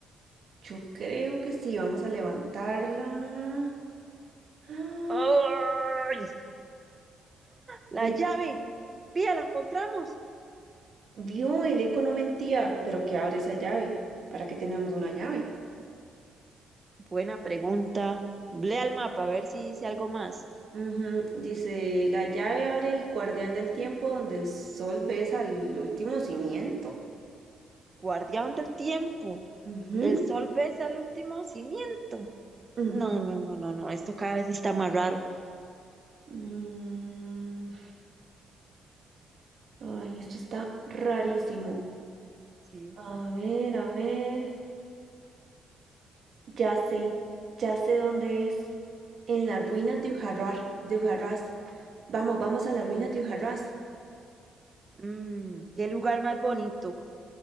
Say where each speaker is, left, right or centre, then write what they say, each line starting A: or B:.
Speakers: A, on the right (about 55°); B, on the right (about 25°).
A: Yo creo que sí, vamos a levantarla. <gasps> Ah,
B: ¡Ay! La
A: Ve,
B: llave. Pía, la encontramos.
A: vio, el eco no mentía, pero qué abre esa llave? ¿Para qué tenemos
B: Mm,
A: una llave?
B: Buena pregunta. Lea el mapa a ver si dice algo más.
A: Ujú, Dice, la llave abre el guardián del tiempo donde el sol besa al último cimiento.
B: Guardián del tiempo.
A: Ujú,
B: El sol besa el último cimiento.
A: mm.
B: No, no, no, no, no. Esto cada vez está más raro.
A: Mm, Ay, esto está rarísimo.
B: Sí.
A: A ver, a ver. Ya sé, ya sé dónde es. En la ruina de Ujarrar, de Ujarrás. Vamos, vamos a la ruina de Ujarrás.
B: Mm, qué lugar más bonito